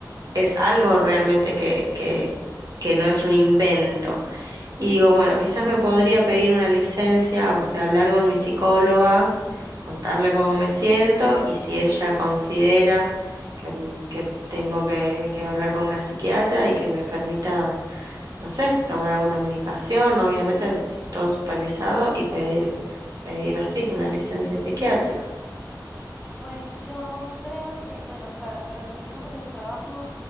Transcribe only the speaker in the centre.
Pues yo creo que, bueno, para, para nosotros en el trabajo,